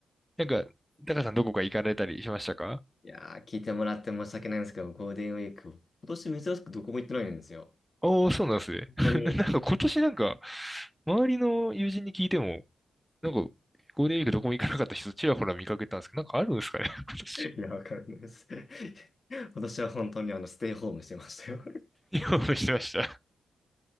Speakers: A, in the centre; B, on the left.
A: なんか、タカさんどこか行かれたりしましたか
B: い。いやー、聞いてもらって申し訳ないんですけど、ゴールデンウィーク、今年珍しくどこも行ってないんですよ。
A: おー、そうなんですね。<laughs>
B: 本当に。
A: ななんか今年なんか、周りの友人に聞いても、なんか、ゴールデンウィークどこも行かなかった人ちらほら見かけたんですけど、なんかあるんですかね、<laughs> 今年。
B: <laughs> いや、わかんないです。<laughs> 今年は本当にあの、ステイホームしてましたよ。
A: 興味してました。